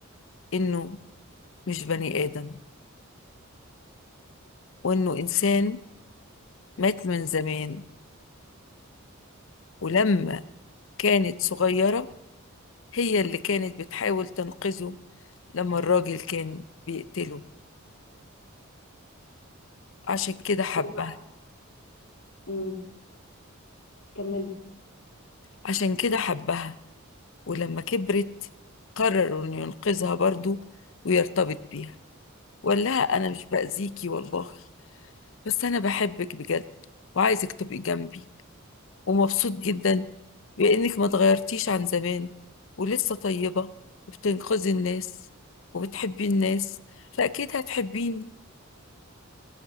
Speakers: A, on the left; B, on the left.
A: انه مش بني ادم وانه انسان مات من زمان ولما كانت صغيرة هي اللي كانت بتحاول تنقذه لما الراجل كان بيقتله عشان كده حبها
B: وبقى- مم. كملت
A: عشان كده حبها ولما كبرت قرروا انه ينقذها برضه ويرتبط بيها وقال لها انا مش باذيكي والله بس انا بحبك بجد وعايزك تبقي جنبي ومبسوط جدا بانك ما اتغيرتيش عن زمان ولسه طيبة وبتنقذي الناس وبتحبي الناس فاكيد هتحبيني